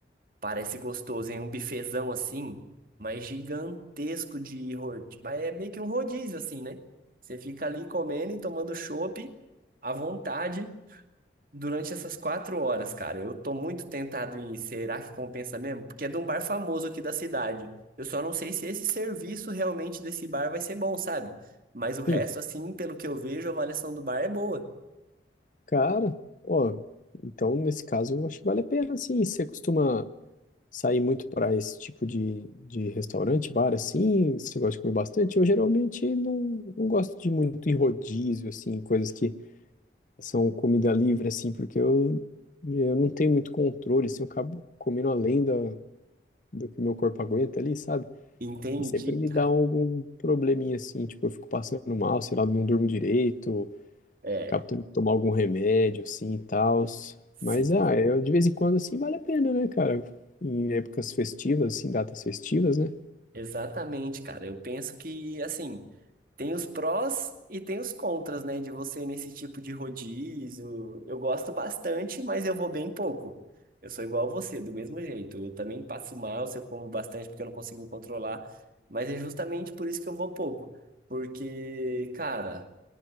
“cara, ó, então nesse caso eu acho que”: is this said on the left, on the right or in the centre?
Left